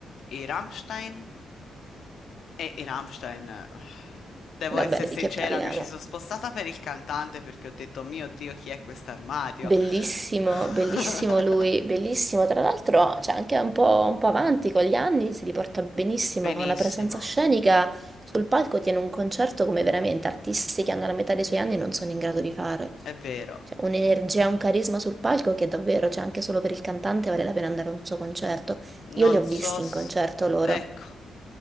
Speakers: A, on the left (about 70°); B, on the right (about 30°).
A: i Rammstein e i Rammstein. eh, Devo
B: Vabbè,
A: essere sincera,
B: di che parliamo?
A: mi ci sono spostata per il cantante perché ho detto, mio Dio, chi è quest'armadio?
B: Bellissimo,
A: <laughs>
B: bellissimo lui, bellissimo. Tra l'altro, cioè, anche un po', un po' avanti con gli anni, si riporta benissimo.
A: Benissimo,
B: Ha una presenza scenica sul palco, tiene un concerto come veramente artisti che hanno la metà dei suoi anni non sono in grado di fare.
A: è vero.
B: Cioè, un'energia, un carisma sul palco che davvero, cioè, anche solo per il cantante vale la pena andare a un suo concerto.
A: Non
B: Io li ho
A: so
B: visti
A: s-
B: in concerto loro.
A: Ecco,